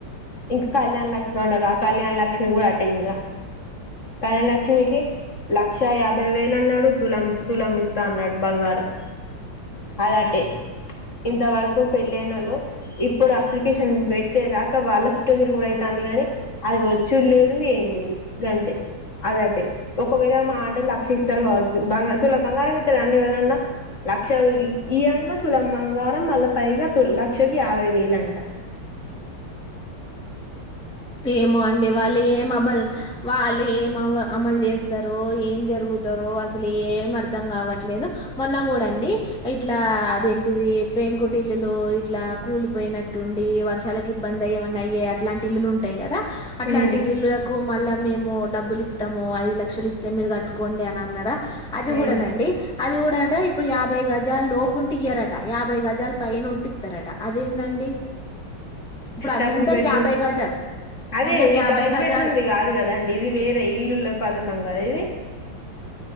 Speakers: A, on the left; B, in the centre.
A: ఇంక కళ్యాణ లక్ష్మి అన్నారు ఆ కళ్యాణ లక్ష్మి కూడా అంతే ఇంకా కళ్యాణ లక్ష్మికి లక్ష యాభై వే తులం తులమిస్తా అన్నాడు బంగారం ఆది అటే ఇంతవరకు పెళ్లయినోళ్ళు ఇప్పుడు అప్లికేషన్ పెట్టే దాకా వాళ్ళ చుట్టే తిరుగుడ అయితంది కానీ అది వ్వోచుడులేదు ఏం లేదు గంతే అదటే ఒకవేళ మా ఆంటే లక్ష్మిస్తే ఇస్తారు కావచ్చు బంగ తుల బంగారం ఇత రండి ఎవళ్ళన్నా లక్ష ఇయంగా తులం బంగారం మళ్ళా పైగా తు లక్షకి యాభై వేలు అంట
B: ఏమో అండి వాళ్ళు ఏం అబల్ వాళ్ ఏం అవ అమలు జేస్తరో ఏం జరుగుతారో అసలు ఏం అర్ధం కావట్లేదు మొన్న కూడా అండి ఇట్లా అదేంటిది పెంకుటిల్లులు ఇట్లా కూలిపోయినట్టుండి వర్షాలకు ఇబ్బందయి ఏమన్నాయె అట్లాంటి ఇల్లులుం టయి కదా అట్లాంటి
A: ఉమ్
B: ఇల్లులకు మళ్ళా మేము డబ్బులు ఇస్తాము ఐదు లక్షలు ఇస్తే మీరు కట్టుకోండి అని అన్నరా అది
A: ఉమ్
B: కూడానండి అది కూడా అట ఇప్పుడు యాభై గజాలు లోపు ఉంటే ఇయరట యాభై గజాలు పైన ఉంటే ఇత్తరట అదేందండి ఇప్పుడు అందరికి
A: డబుల్ బెడ్రూమ్
B: యాబై గజాలు
A: అదే
B: అందరికి
A: ఇది
B: యాభై
A: డబుల్
B: గజాలు
A: బెడ్రూమ్ది కాదు కదా అండి ఇది వేరే ఇల్లుల పథకం కదా ఇది <inaudible>